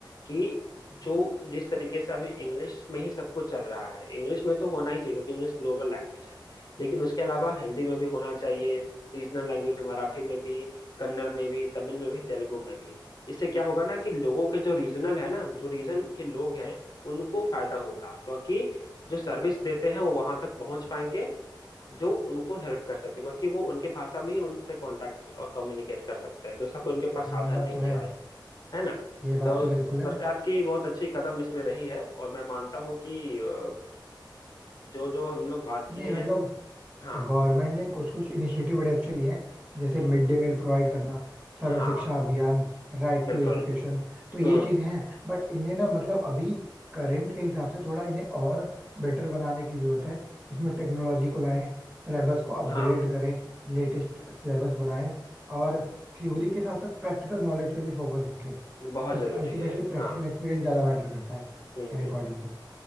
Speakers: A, on the left; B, on the right.
A: कि जो जिस तरीके से अभी इंग्लिश में ही सब कुछ चल रहा है इंग्लिश में तो होना ही चाहिए क्योंकि इंग्लिश ग्लोबल लैंग्वेज है लेकिन उसके अलावा हिंदी में भी होना चाहिए रीजनल लैंग्वेज है मराठी में भी कन्नड़ में भी तमिल में भी तेलुगु में भी इससे क्या होगा ना कि लोगों के जो रीजनल है ना जो रीजन के लोग हैं उनको फायदा होगा क्योंकि जो सर्विस देते हैं वो वहां तक पहुंच पाएंगे जो उनको हेल्प कर सके क्योंकि वो उनके भाषा में ही उनसे कांटेक्ट और कम्युनिकेट कर सकते हैं दूसरा कोई उनके पास
B: हाँ,
A: साधन
B: ये बात
A: नहीं
B: तो है
A: है भाई है ना
B: ये बात
A: तो
B: तो बिल्कुल
A: सरकार
B: है
A: की बहुत अच्छी कदम इसमें रही है और मैं मानता हूँ कि अ, जो जो हम लोग बात
B: नहीं
A: किए
B: मतलब
A: हैं हाँ
B: गवर्नमेंट ने कुछ कुछ इनिशिएटिव बड़े अच्छे लिए हैं जैसे
A: हम्म
B: मिड डे मील प्रोवाइड करना Sarva
A: हाँ
B: Shiksha Abhiyan right
A: बिल्कुल
B: to education तो ये
A: हम्म
B: चीजें हैं बट इन्हें ना मतलब अभी करंट के हिसाब से थोड़ा इन्हें और बेटर बनाने की जरूरत है इसमें टेक्नोलॉजी को लाएं सिलेबस को अपग्रेड
A: हाँ
B: करें लेटेस्ट सिलेबस बनाएं और थ्योरी के साथ साथ प्रैक्टिकल नॉलेज पे भी फोकस रखें
A: बहुत
B: क्योंकि
A: जरूरी
B: अल्टीमेटली
A: है
B: प्रैक्टिकल
A: हाँ
B: एक्सपीरियंस ज्यादा मैटर करता है
A: हम्म
B: मेरे
A: हम्म
B: अकॉर्डिंग तो